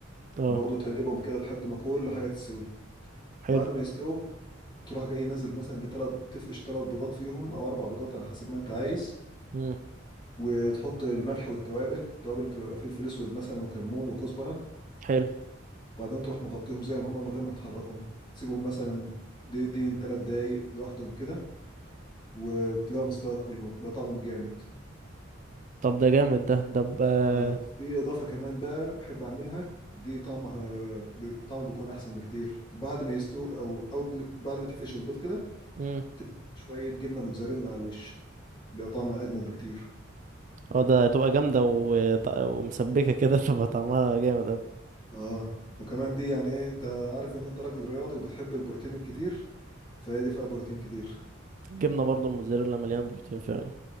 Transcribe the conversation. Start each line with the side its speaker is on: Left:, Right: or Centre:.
Right: اه
Left: وبرضه تقلبهم كده لحد ما كل حاجة تستوي
Right: حلو
Left: بعد ما يستووا تروح جاي نازل مثلا بثلاث تفقش ثلاث بيضات فيهم او اربع بيضات على حسب ما انت عايز
Right: امم
Left: وتحط الملح والتوابل التوابل اللي بتبقى فلفل اسود مثلا وكمون وكزبره
Right: حلو
Left: وبعدين تروح مغطيهم زي ما هم من غير ما تحركهم تسيبهم مثلا دقيقتين ثلاث دقايق لوحدهم كده وتلاقوا مستوى كله بقى طعمهم جامد
Right: طب ده جامد ده طب آه،
Left: آه في اضافه كمان بقى بحب اعملها دي طعمها ب- طعمها بيكون احسن بكتير بعد ما يستوي او او بل- بعد ما تفقش البيض كده
Right: مم.
Left: تدي شويه جبنه موتزاريلا على الوش بيبقى طعمها اجمد بكتير
Right: اه ده هتبقى جامدة و- ط- ومسبكة كده <laughs> تبقى طعمها جامد اوي
Left: اه وكمان دي يعني ايه انت عارف ان انت راجل رياضي وبتحب البروتين الكتير فهي دي فيها بروتين كتير
Right: الجبنة برضو الموتزاريلا مليانة بروتين فعلا